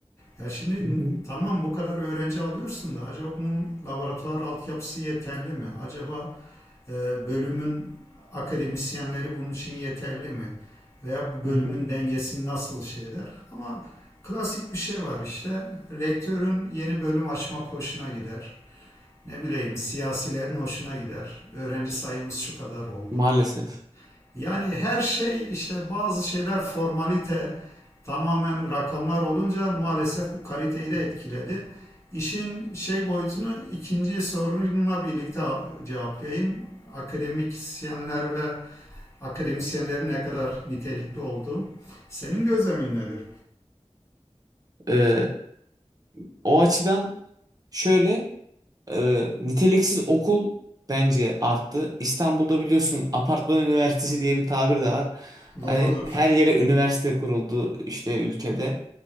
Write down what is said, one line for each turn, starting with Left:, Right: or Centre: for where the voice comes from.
Left: Ya şimdi
Right: hı hı,
Left: tamam bu kadar öğrenci alıyorsun da acaba bunun laboratuvar altyapısı yeterli mi? Acaba e, bölümün akademisyenleri bunun için yeterli mi? Veya bu bölümün
Right: hı hı.
Left: dengesini nasıl şey eder? Ama klasik bir şey var işte. Rektörün yeni bölüm açma hoşuna gider ne bileyim siyasilerin hoşuna gider. Öğrenci sayımız şu kadar oldu.
Right: Maalesef.
Left: Yani her şey işte bazı şeyler formalite tamamen rakamlar olunca maalesef bu kaliteyi de etkiledi. İşin şey boyutunu ikinci sorununla birlikte cevaplayayım. Akademisyenler ve akademisyenlerin ne kadar nitelikli olduğu. Senin gözlemin nedir?
Right: Ee, o açıdan şöyle Ee, niteliksiz okul bence arttı. İstanbul'da biliyorsun apartman üniversitesi diye bir tabir de var.
Left: Doğrudur.
Right: Hani her yere üniversite kuruldu işte ülkede.